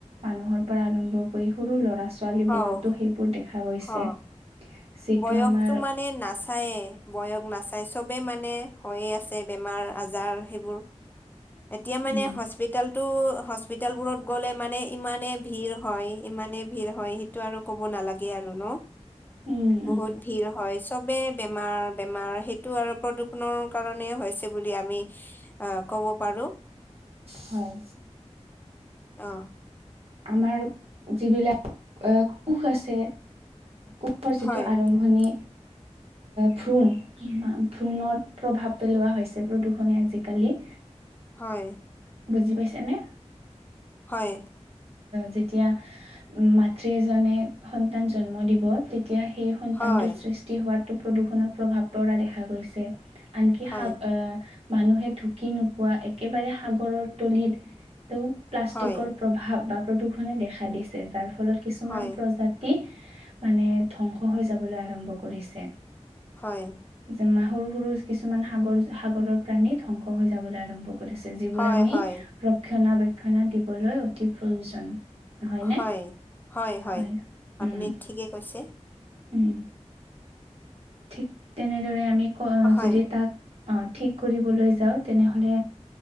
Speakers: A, on the right (about 60°); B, on the left (about 15°).
A: মানুহৰ পৰা আৰম্ভ কৰি সৰু ল'ৰা ছোৱালীবোৰতো
B: অ',
A: সেইবোৰ দেখা গৈছে।
B: অ
A: যিটো
B: 'বয়সতো
A: আমাৰ
B: মানে নাচায়ে। বয়স নাচাই চবে মানে হৈয়ে আছে বেমাৰ আজাৰ সেইবোৰ এতিয়া মানে
A: উম,
B: হস্পিতেল টো হস্পিতেল বোৰত গ'লে মানে ইমানে ভিৰ হয় ইমানে ভিৰ হয় সেইটো আৰু ক'ব নালাগ গে আৰু ন
A: উম,
B: বহুত
A: উম,
B: ভিৰ হয় চবে বেমাৰ বেমাৰ সেইটো আৰু প্ৰদূষণৰ কাৰণে হৈছে বুলি আমি অ কব পাৰো
A: হয়।
B: অ
A: আমাৰ যিবিলাক অহ কোষ আছে কোষ যিটো
B: হয়,
A: আৰম্ভণি
B: <unintelligible>
A: ভ্ৰুণ, ভ্ৰুণত প্ৰভাৱ পেলোৱা হৈছে প্ৰদূষণে আজিকালি
B: হয়।
A: বুজি পাইছে নে?
B: হয়।
A: যেতিয়া মাতৃ এজনে সন্তান জন্ম দিব এতিয়া সেই সন্তানটোৰ
B: হয়,
A: সৃষ্টি হোৱাতো প্ৰদূষণৰ প্ৰভাৱ পৰা দেখা গৈছে। আনকি
B: হয়,
A: সা আহ মানুহে ঢুকি নোপোৱা একেবাৰে সাগৰৰ তলিত ত প্লাষ্টিকৰ
B: হয়,
A: প্ৰভাৱ বা প্ৰদূষণে দেখা দিছে যাৰ ফলত কিছুমান
B: হয়,
A: প্ৰজাতি মানে ধ্বংস হৈ যাবলৈ আৰম্ভ কৰিছে।
B: হয়।
A: যেনে সৰু সৰু কিছুমান সাগৰ, সাগৰৰ প্ৰাণী ধ্বংস হৈ যাবলৈ আৰম্ভ কৰিছে। যিবোৰ
B: হয়,
A: আমি
B: হয়,
A: ৰক্ষণাবেক্ষণা দিবলৈ অতি প্ৰয়োজন। হয়নে
B: হয়-হয়-হয়
A: হয়
B: আপুনি
A: উম
B: ঠিকে কৈছে।
A: উম, ঠিক তেনেদৰে আমি ক
B: হয়,
A: যদি তাক ঠিক কৰিবলৈ যাওঁ তেনেহ'লে